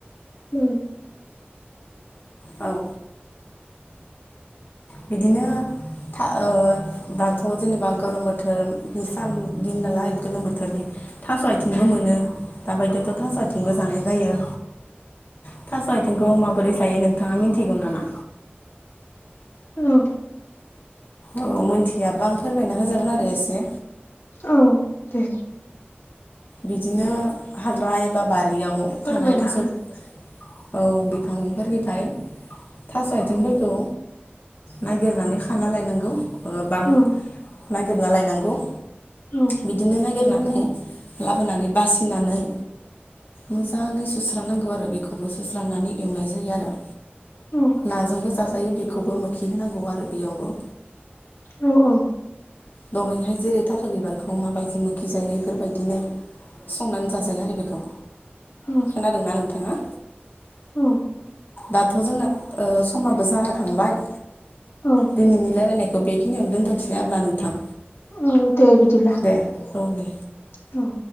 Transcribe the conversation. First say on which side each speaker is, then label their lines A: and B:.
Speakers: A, on the left; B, on the left.
A: उम
B: औ बिदिनो था दाथ' जेनेबा गरम बोथोर बे सान दिन नालाय गोलोम बोथोरनि थास' आथिंबो मोनो दाबायदियावथ' थास' आथिंबो जानाय जायो। थास' आइथिंखौ माबोरै जायो नोंथाङा मिन्थिगौ नामा?
A: औ
B: औ मोनथियाब्ला आं फोरमायना होजागोन आरो एसे
A: औ दे
B: बिदिनो हाग्रा एबा बारियाव
A: फोरमायना
B: थानाय थास'
A: हो
B: औ बिफांफोरनिफ्राय थास' आइथिंफोरखौ नागिरनानै खाना लायनांगौ। ओ बा
A: औ
B: नागिरना लायनांगौ
A: औ
B: बिदिनो नागिरनानै लाबोनानै बासिनानै मोजाङै सुस्रानांगौ आरो बेखौबो सुस्रानानै एवनाय जायो आरो
A: औ
B: नाजोंबो जाजायो बेखौबो मोखि होनांगौ आरो बेयावबो
A: औ औ
B: दहैहाय जेरै थास' बिबारखौ माबायदि मोखि जायो बेफोरबायदिनो संनानै जाजायो आरो बेखौ
A: औ
B: खोनादोंना नोंथाङा?
A: औ
B: दाथ' जोंना ओ समाबो जाना थांबाय
A: औ
B: दिनैनि रायलायनायखौ बेखि बेखिनियाव दोनथसै आरो ना नोंथां
A: औ दे बिदिला
B: दे औ दे
A: औ